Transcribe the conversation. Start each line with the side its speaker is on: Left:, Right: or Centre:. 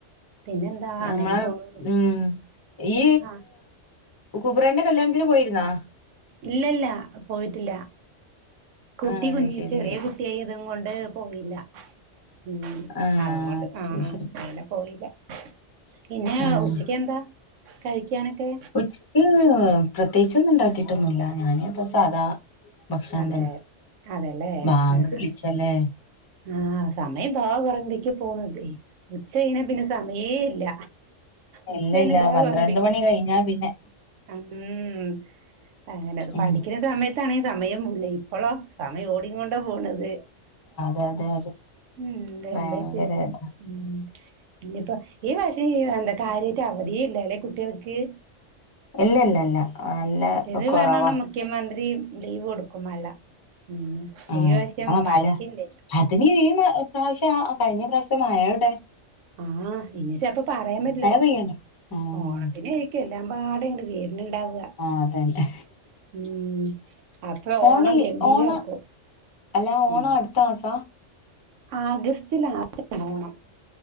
Right: പിന്നെന്താ
Left: നമ്മളെ
Right: അങ്ങനെ പോണു
Left: ഉം ഈ
Right: ആഹ്
Left: കുബുരേന്റെ കല്യാണത്തിന് പോയിരുന്നാ
Right: ഇല്ലല്ല പോയിട്ടില്ല കുട്ടി
Left: ആഹ്
Right: കുഞ്ഞി
Left: അത് ശരി
Right: ചെറിയ കുട്ടിയായി അതും കൊണ്ട് പോയില്ല ഉം
Left: ആഹ്
Right: അതങ്ങോട്ട്
Left: അത് ശരി
Right: ആഹ്
Left: ശരി
Right: അങ്ങനെ പോയില്ല പിന്നെ
Left: ആഹ്
Right: ഉച്ചക്ക് എന്താ കഴിക്കാനൊക്കെ
Left: ച്ചയ്ക്ക് പ്രത്യേകിച്ചൊന്നും ഉണ്ടാക്കിയിട്ടൊന്നുല്ല ഞാൻ അത്ര സാധാ ഭക്ഷണം
Right: അതെ
Left: തന്നെ
Right: അതെല്ലേ
Left: ബാങ്ക്
Right: ആഹ്
Left: വിളിച്ചല്ലേ
Right: ആഹ് സമയം ദാ പറ്പേക്ക് പോണ് ണ്ടേ ഉച്ചയിന പിന്നെ സമയേ ഇല്ല ഉച്ചയിന
Left: ഇല്ലല്ല
Right: ഇതാ
Left: പന്ത്രണ്ട്
Right: വെറ്തെ ഇരിക്കും
Left: മണി കഴിഞ്ഞാ പിന്നെ
Right: ഉം അങ്ങനെ പഠിക്ണ
Left: ഉം
Right: സമയ ത്തണ സമയം പോൂല്ല ഇപ്പോളോ സമയം ഓടികൊണ്ട പോണത്.
Left: അതെതെ
Right: ഉം
Left: ഭയങ്കര
Right: എന്താ ചെയ്യ
Left: അത
Right: ഉം ഇനിയിപ്പോ ഈ വർഷേ എന്താ കാര്യയിട്ട് അവധി ഇല്ലല്ലെ കുട്ടികൾക്ക്?
Left: ഇല്ലല്ലല്ല നല്ല
Right: മറ്റേത്
Left: കൊറവാ.
Right: പറഞ്ഞാണ് മുഖ്യമന്ത്രി ലീവ് കൊടുക്കും മഴ ഉം
Left: ആഹ്
Right: ഈ വശ്യം
Left: ആഹ്
Right: മഴക്കില്ല
Left: മഴ <unintelligible> ഈ പ്രാവശ്യം കഴിഞ്ഞ പ്രാവശ്യം മഴടെ.
Right: ആഹ് ഇനി ചെപ്പോ പറയാൻ പറ്റലോ
Left: പെയ്യണ്ടേ ഉം
Right: ഓണത്തിനയിരിക്കും എല്ലാം പാ <unintelligible> വരുണുണ്ടാവ
Left: ആഹ് അതന്നെ
Right: ഉം അപ്പ
Left: ഓണ
Right: ഓണം ഗംഭീരാക്കും.
Left: ഓണ അല്ല ഓണം
Right: ഉം
Left: അടുത്ത മാസ.
Right: ആഗസ്റ്റ് ലാസ്റ്റ് ആണ് ഓണം.